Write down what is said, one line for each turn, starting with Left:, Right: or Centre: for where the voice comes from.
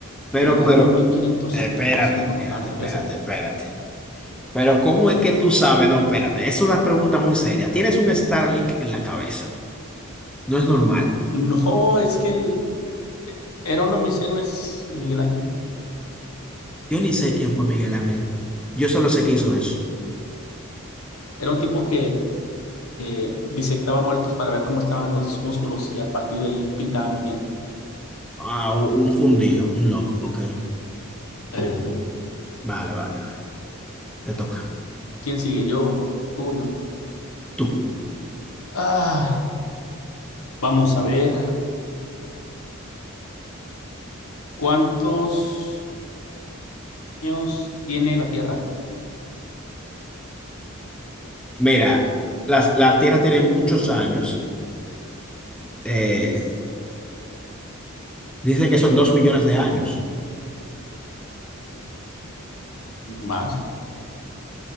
Centre: Pero,
Left: en el año
Centre: pero,
Left: mil quinientos
Centre: espérate,
Left: setenta y cinco.
Centre: espérate,
Left: No, no te
Centre: espérate,
Left: creas.
Centre: espérate. Pero, ¿cómo es que tú sabes? No, espérate. Es una pregunta muy seria. Tienes un Starlink en la cabeza. No es normal.
Left: No, es que él eh, era uno de mis héroes, Miguel Ángel.
Centre: Yo ni sé quién fue Miguel Ángel. Yo solo sé que hizo eso.
Left: Era un tipo que eh, disectaba muertos para ver cómo estaban los músculos y a partir de ahí pintaba muy bien.
Centre: Ah, u- un fundido, un loco. Ok.
Left: Eh,
Centre: Vale, vale, vale. Te toca.
Left: ¿quién sigue? Yo, tú o yo.
Centre: Tú.
Left: Ah, vamos a ver. ¿Cuántos años tiene la Tierra?
Centre: Mira, las- la Tierra tiene muchos años. Eh, dicen que son dos millones de años.
Left: Más.